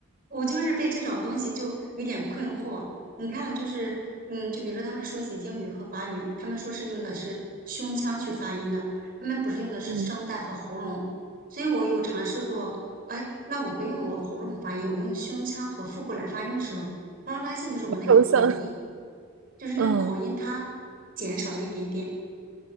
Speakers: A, on the right (about 45°); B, on the right (about 80°).
A: 我就是被这种东西就有点困惑。你看，就是嗯，就比如说他们说一些英语和法语，他们说是用的是胸腔去发音的，他们不是用的是声带和喉咙。
B: 嗯，
A: 所以我有尝试过，哎，那我不用我喉咙发音，我用胸腔和腹部来发音的时候，忽然发现就是我那个口音，
B: 抽象，
A: 就是那个口音它
B: 嗯。
A: 减少了一点点。